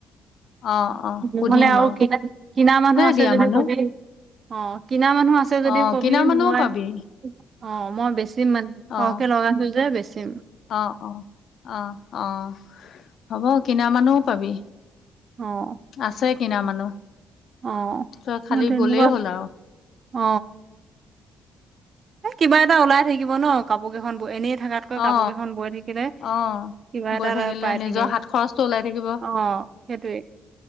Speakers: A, on the left; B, on the right.
A: অ অ সুধিম
B: নহ'লে আৰু
A: বাৰু
B: কিনা, কিনা মানুহ আছে
A: দিয়া
B: যদি
A: মানুহ
B: কবি। অ'। কিনা মানুহ আছে যদি,
A: অ
B: ক'বি।
A: কিনা মানুহও
B: মই,
A: পাবি
B: অ', মই বেছি, মানে, সৰহকৈ
A: অ
B: লগাইছোঁ যে, বেছি চিম
A: অ', অ'। অহ, অ'। হ'ব। কিনা মানুহো পাবি
B: অ'।
A: আছে কিনা মানুহ
B: অ
A: তই খালি
B: মোৰ তেনেকুৱা
A: ক'লেই হ'ল, আৰু
B: অ'। এ, কিবা এটা ওলাই থাকিব, ন? কাপোৰকেইখন বৈ, এনেই থাকাতকৈ, কাপোৰকেইখন
A: অ
B: বৈ থাকিলে,
A: অ
B: কিবা
A: বৈ
B: এটা
A: থাকিলে
B: পাই
A: নিজৰ
B: থাকিম।
A: হাত খৰচটো ওলাই থাকিব
B: অ', সেইটোৱেই।